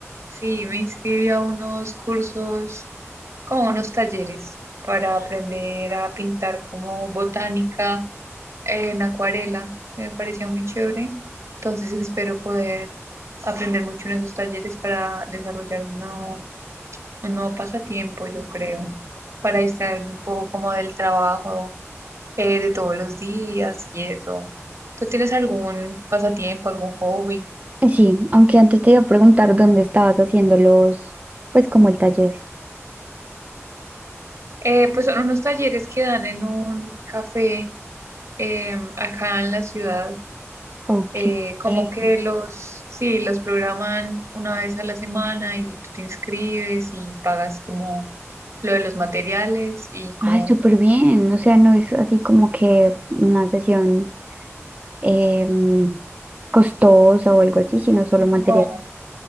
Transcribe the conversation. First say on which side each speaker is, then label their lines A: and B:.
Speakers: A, on the right (about 65°); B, on the right (about 30°).
A: sí, me inscribí a unos cursos, como unos talleres, para aprender a pintar como botánica en acuarela, que me parecía muy chévere. Entonces espero poder aprender mucho en esos talleres para desarrollar un nuevo, un nuevo pasatiempo, yo creo, para distraerme un poco como del trabajo eh, de todos los días y eso. ¿Tú tienes algún pasatiempo, algún hobby?
B: Eh, Sí, aunque antes te iba a preguntar dónde estabas haciendo los, pues como el taller.
A: Eh, pues son unos talleres que dan en un café eh, acá en la ciudad.
B: Ok.
A: Eh, como
B: Eh,
A: que los, sí, los programan una vez a la semana y tú te inscribes y pagas como lo de los materiales y como,
B: Ay, súper bien. O sea, no es así como que una sesión em, costosa o algo así, sino solo material.
A: no,